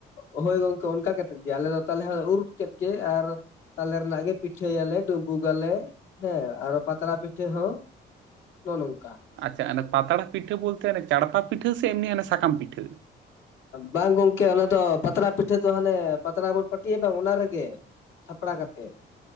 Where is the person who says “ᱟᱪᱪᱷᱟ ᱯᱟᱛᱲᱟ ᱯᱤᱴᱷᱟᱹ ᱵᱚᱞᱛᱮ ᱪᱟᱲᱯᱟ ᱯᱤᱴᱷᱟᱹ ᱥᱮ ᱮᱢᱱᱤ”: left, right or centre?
Right